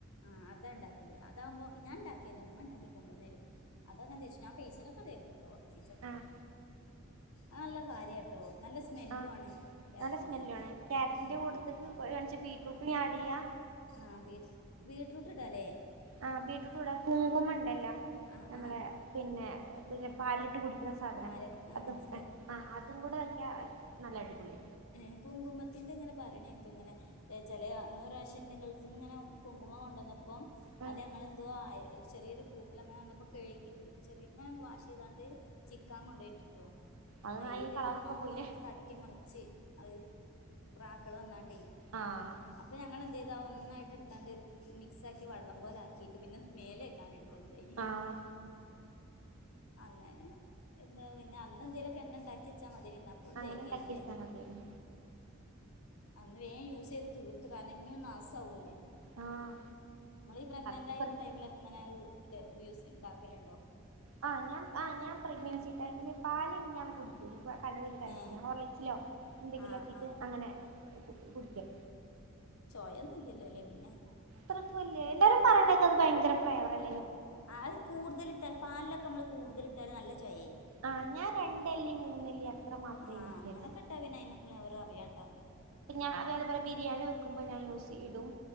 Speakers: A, on the left; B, on the right.
A: ആ അതാ ഉഇണ്ടാക്കല് അതാകുമ്പോ ഞാൻ ഇണ്ടാ ക്കേല്ല മ്മണ്ടാക്കി കൊണ്ടോന്നരും അതാ ഞാൻ തേചാ ഞാൻ ഫേസിലൊക്കെതേക്കുട്ടോ കൊറച്ചീച്ചൊക്കെ
B: ആഹ്
A: ആ അല്ല കാര്യാട്ടോ നല്ല സ്മെല്ലു
B: ആ
A: ആണ് ക്യാരറ്റിന്റെ
B: നല്ല സ്മെല്ലു ആണ് ക്യാരറ്റിന്റെ
A: ഉം
B: കൂടത്ത്ക്ക് വേണേച്ച ബീറ്റ്റൂട്ടും ആഡെയ്യാ
A: ആ ബീറ്റ്റൂട്ട് ഇടാല്ലേ
B: ആ ബീറ്റ്റൂട്ട് ഇടാം കുങ്കുമണ്ടല്ലോ
A: ആഹ്
B: നമ്മളെ
A: ആഹ്
B: പിന്നെ പിന്നെ പാലിലിട്ട് കുടി സാധനം
A: ആഹ് ആഹ്
B: അത്
A: മനസ്സിലായി
B: ആ കൂടെ വെക്ക നല്ല അടിപൊളി.
A: ഏ കുങ്കുമത്തിന്റെ ഇങ്ങനെ പറയണക്കെ ഇങ്ങനെ ചില അന്ന പ്രാവശ്യംന്റെ ഗൾഫിൽ നിന്ന് ഇങ്ങനെ കുങ്കുമം കൊണ്ടുവന്ന അപ്പം
B: ഉം
A: അത് ഞങ്ങളെന്തോ ആയി ചെറിയൊരു പൂപ്പില അങ്ങനെ വന്നപ്പോ കഴികി ചെറങ്ങന്ന് വാഷെയ്താണ്ട് ചിക്കാ കൊണ്ടഴി ട്ടോ
B: അത്
A: അയിൽ
B: അയിന് കളറൊക്കെ
A: ഓന്നായിട്ട്
B: പോയില്ലേ
A: തട്ടിമറിച്ച് അഹ് പ്രാക്കള് വന്നാണ്ട്.
B: ആഹ്
A: അപ്പോ ഞങ്ങളെ എന്തെയ് ഇതാ ഒന്നായിട്ട് എടുത്താണ്ട് ഒരു മിക്സ് ആക്കി വള്ളം പോലെ ആക്കിയിട്ട് പിന്നെ മേലെക്കാൻ എടുക്ക തന്തനി.
B: ആഹ്
A: അങ്ങനെ എന്താ പിന്നെ അന്ന് എന്തേലുമൊക്കെ എണ്ണ ഉണ്ടാക്കി വെച്ചാൽ മതി. അതി നിന്നപ്പോളും
B: അങ്ങനെ
A: തേക്കേനില്ലേ.
B: ഉണ്ടാക്കിവെച്ചാ മതിയായിരുന്നു
A: അന്ന് വേഗം യൂസ് ചെയ്ത് തീർത്ത് കാരണം ഇഞ്ഞൊന്നു നാസവുല്ലേ.
B: ആഹ്
A: നിങ്ങളീ പ്രഗ്നന്റ്
B: അതൊക്കെ
A: ആയി
B: പറിച്ച്
A: ടൈമിലൊക്കെ ഇങ്ങനെത് വ്യൂസ്ഇണ്ടാക്കലുണ്ടോ
B: ആ ഞാൻ ആ ഞാൻ പ്രഗ്നൻസിടൈമിൽ പാല് ഞാൻ കുടി ഇല്ല <unintelligible> കഴിച്ചിട്ടില്ല
A: ഏ
B: ഹോർലിക്സിലോ എന്തെങ്കിലും
A: ആഹ്
B: ഒക്കെ ഇട്ട്
A: ആഹ്
B: അങ്ങനെ കുടിക്കും
A: ചൊയൊന്നും ഇല്ലല്ലോ അല്ലേ പിന്നെ
B: അത്രക്കൊന്നുല്ല എല്ലാരും പറഞ്ഞണേക്ക അത് ഭയങ്ക ഫ്ലേവർ അ
A: ആ കൂടുതൽ ഇട്ടാല് പാലൊക്കെ നമ്മള് കൂടുതലിട്ടാല് നല്ല ചൊവ
B: ആ ഞാൻ രണ്ടല്ലി മൂന്നല്ലി അത്ര മാത്രേ
A: ആഹ്
B: യൂസ്
A: അങ്ങനൊക്കെ
B: ചെയ്യുള്ളു
A: ഇട്ടാ പിന്നെ അതിന്റെ ഫ്ലേവർ അറിയാണ്ടാവൂല
B: ആ അതെ പോലെ ബിരിയാണി വെക്കുമ്പോ ഞാൻ യൂസി ഇടും